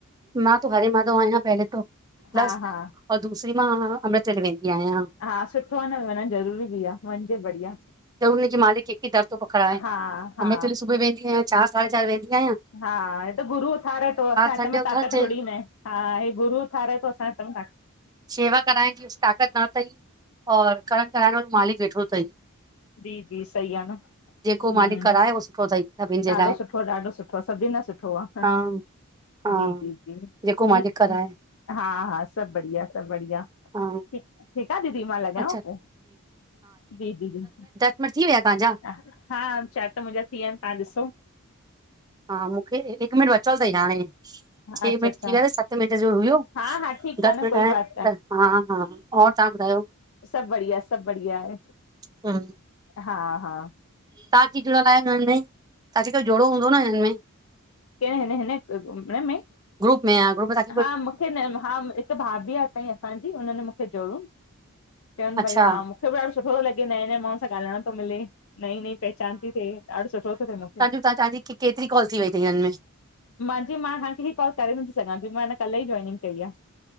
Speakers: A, on the right (about 15°); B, on the left (about 60°).
A: मां त हरे माधव वञा पहले तो बलस
B: हा हा
A: दूसरी मां अमृत वेले वेंदी आयां
B: हा सुठो आ न वञण ज़रूरी भी आ वञिजे बढ़िया
A: त हुनजी मालिक कंहिंखे दर थो पकड़ाए
B: हा हा
A: हमें ते सुबुह वेंदी आयां चार साढे चार वेंदी आयां
B: हा हे त गुरू उथारे थो असां जे हथ
A: संडे
B: में
A: उथसजे
B: ताक त थोरी न आए। हा हे गुरू उथारे थो असां जे हाथ में छा आए
A: शेवा कराइण जी ताक़त तां कई और कर्म कराइणो मालिक जो थई
B: जी जी सई आ न
A: जेको
B: हुं
A: मालिक कराए उहो सुठो अथई सभिनि जे
B: ॾाडो
A: लाइ
B: सुठो आ, ॾाडो सुठो आ, सभिन लाए सुठो आ।
A: हा हा
B: जी जी जी ठीक
A: जेको मालिक कराए
B: आ। हा हा सभ बढ़िया सभ बढ़िया।
A: हा
B: ठीक ठीक आ दीदी। मां लॻायांव
A: अच्छा
B: पो, जी दीदी।
A: बस थी विया आहिन तहांजा।
B: हा शायद त मुंहिंजा थी विया आहिन तां ॾिसो
A: हा मुंखे हिक मिनट बचो थई हाणे। छे
B: अच्छा
A: मिंट
B: अच्छा
A: थी विया। सत मिंट जो हुयो,
B: हा हा ठीकु
A: दस
B: आहे न
A: मिंट
B: कोई
A: आ हा
B: बात
A: हा और तहां ॿुधायो?
B: सब बढ़िया सब बढ़िया आहे।
A: हा
B: हा हा
A: तां भी जुड़ियल आयो हिन में। तां को जोड़ो हूंदो न हिन में।
B: क हिन हिन ग्रुपन में
A: ग्रुप में आयां ग्रुप सां
B: हा मुंखे न हा हिक भाभी आ असांजी हुन न मुंखे जोड़ीयो चल
A: अच्छा
B: भैया आऊं मुंखे भी ॾाडो सुठो थो लॻे। नएं नएं माण्हुन सां ॻालाइण थो मिले, नई नई पहचान थी थिए। ॾाडो सुठो थो थिए मूं
A: तॼो तांजी केतिरी कॉल थी वई थई हिन में
B: मांहिंज मां हाण तां खे कॉल करे नथी सघां मां हिन में कल ई जोइनिंग कई आ।